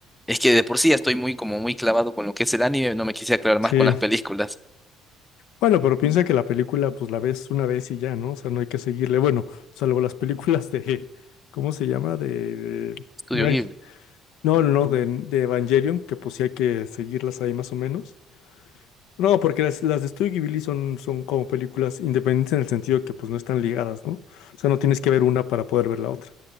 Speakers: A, in the centre; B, on the left.
A: es que de por sí ya estoy muy como muy clavado con lo que es el anime, no me quise aclarar más
B: Sí,
A: con las películas.
B: bueno, pero piensa que la película pues la ves una vez y ya, ¿no? O sea, no hay que seguirle. Bueno, salvo las películas de, ¿cómo se llama? De, de-
A: Estudio
B: ay,
A: Ghibli.
B: no, no, no, de, de Evangelion, que pues sí hay que seguirlas ahí más o menos. No, porque las, las de Studio Ghibli son, son como películas independientes en el sentido que pues no están ligadas, ¿no? O sea, no tienes que ver una para poder ver la otra.